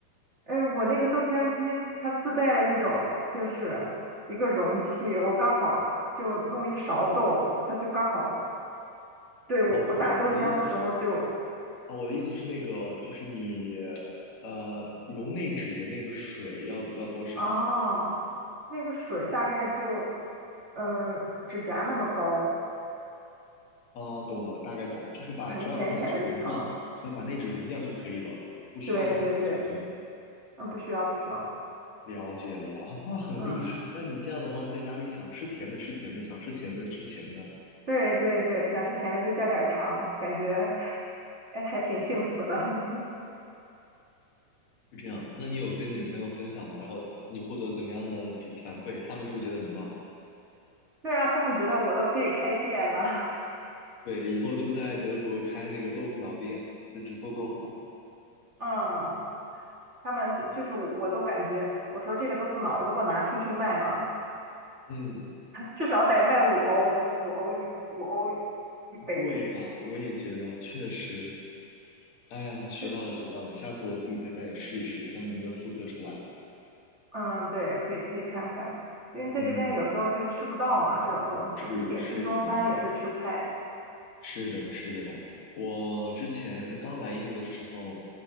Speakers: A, on the right; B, on the left.
A: 哎，我那个豆浆机它自带了一种，就是一个容器，我刚好就弄一勺豆，它就刚好，对，我我打豆浆的时候就，
B: 啊，不是，我的意思是啊，我的意思是那个，就是你呃溶内酯的那个水要要多少？
A: 啊，那个水大概就，呃，指甲那么高，
B: 哦，懂了，大概懂了，就是把只要把内酯溶掉，
A: 就很浅浅的一层。
B: 只要把内酯溶掉就可以了，不需要很多水，
A: 对对对，
B: 对吗
A: 嗯，不需要不需要，
B: 了解了啊，那很厉害。
A: 嗯，
B: 那你这样的话，在家里想吃甜的吃甜的，想吃咸的吃咸的，
A: 对对对，想吃甜的就加点儿糖，感觉，哎，还挺幸福的。<laughs>
B: 是这样。那你有跟你的朋友分享吗？然后你获得怎么样的比反馈？他们是不是觉得很棒？
A: 对啊，他们觉得我都可以开店了，
B: 对，以后就在德国开那个豆腐脑店，就只做豆腐脑。
A: <laughs> 嗯。他们就就是我都感觉，我说这个豆腐脑如果拿出去卖嘛，
B: 嗯。
A: 至少得卖五欧，五欧一五欧一杯。
B: 对呀，我也觉得，确实。哎呀，学到了，
A: 就
B: 学到了，下次我自己在家也试一试，看看能不能复刻出来。
A: 嗯，对，可以可以看看，因为在这边有时候就吃不到嘛这种东西，
B: 嗯，是是这样。
A: 你点去中餐也是吃菜。
B: 是的，是的。我之前刚来英国的时候，